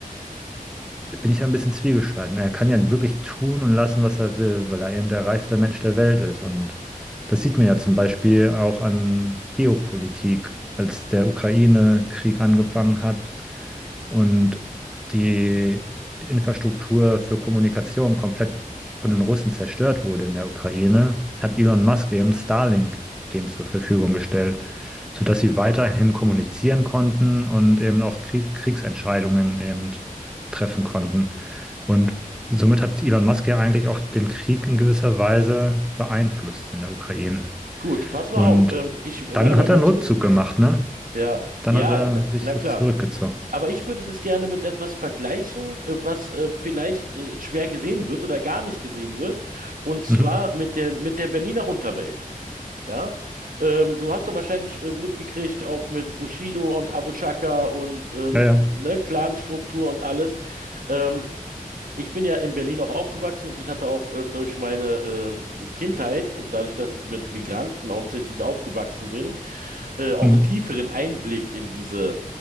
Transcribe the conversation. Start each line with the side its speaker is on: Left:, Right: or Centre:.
Centre: bin ich da ein bisschen zwiegespalten. Er kann ja wirklich tun und lassen, was er will, weil er eben der reichste Mensch der Welt ist. Und das sieht man ja zum Beispiel auch an Geopolitik, als der Ukraine-Krieg angefangen hat und die Infrastruktur für Kommunikation komplett von den Russen zerstört wurde in der Ukraine, hat Elon Musk eben Starlink denen zur Verfügung gestellt, sodass sie weiterhin kommunizieren konnten und eben auch Krieg Kriegsentscheidungen eben treffen konnten. Und somit hat Elon Musk ja eigentlich auch den Krieg in gewisser Weise beeinflusst in der Ukraine.
Right: Gut, pass mal
Centre: Und
Right: auf. Ähm, ich, warte
Centre: dann
Right: mal
Centre: hat
Right: ganz
Centre: er einen Rückzug
Right: kurz.
Centre: gemacht, ne?
Right: Ja,
Centre: Dann
Right: ja,
Centre: hat er
Right: na,
Centre: sich
Right: na
Centre: so
Right: klar.
Centre: zurückgezogen.
Right: Aber ich würde das gerne mit etwas vergleichen, äh, was äh, vielleicht äh, schwer gesehen wird oder gar nicht gesehen wird, und zwar
Centre: Mhm.
Right: mit der mit der Berliner Unterwelt. Ja, ähm, du hast doch wahrscheinlich äh, mitgekriegt, auch mit Bushido und Abu Shaka und ähm,
Centre: Ja, ja.
Right: ne, Clanstruktur und alles. Ähm, ich bin ja in Berlin auch aufgewachsen und ich hatte auch äh, durch meine äh, Kindheit, dadurch, dass ich mit Migranten hauptsächlich aufgewachsen bin, äh, auch
Centre: Mhm.
Right: einen tieferen Einblick in diese